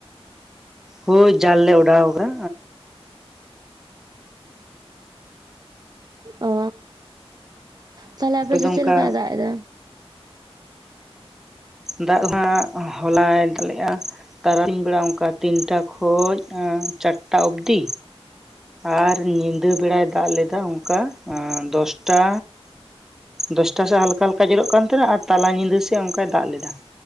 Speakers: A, in the centre; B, on the right.
A: ᱦᱳᱭ ᱡᱟᱞ ᱞᱮ ᱚᱰᱟᱣ ᱠᱟᱫᱟ᱾
B: ᱚ ᱛᱟᱦᱞᱮ ᱟᱯᱮ ᱥᱮᱫ
A: ᱫᱚ
B: ᱪᱮᱫ
A: ᱚᱱᱠᱟ
B: ᱞᱮᱠᱟᱭ ᱫᱟᱜ ᱮᱫᱟ?
A: ᱫᱟᱜ ᱫᱚ ᱦᱟᱸᱜ ᱦᱚᱞᱟᱭ ᱫᱟᱜ ᱞᱮᱜᱼᱟ᱾ ᱛᱟᱨᱟᱥᱤᱧ ᱵᱮᱲᱟ ᱚᱱᱠᱟ ᱛᱤᱱᱴᱟ ᱠᱷᱚᱱ ᱪᱟᱨᱴᱟ ᱚᱵᱫᱤ᱾ ᱟᱨ ᱧᱤᱫᱟᱹ ᱵᱮᱲᱟᱭ ᱫᱟᱜ ᱞᱮᱫᱟ ᱚᱱᱠᱟ ᱮᱸ ᱫᱚᱥᱴᱟ ᱫᱚᱥᱴᱟ ᱥᱮᱫ ᱦᱟᱞᱠᱟ ᱦᱟᱞᱠᱟ ᱡᱚᱨᱚᱜ ᱠᱟᱱ ᱛᱟᱦᱮᱱᱟ ᱟᱨ ᱛᱟᱞᱟ ᱧᱤᱫᱟᱹ ᱥᱮᱫ ᱚᱱᱠᱟᱭ ᱫᱟᱜ ᱞᱮᱫᱟ᱾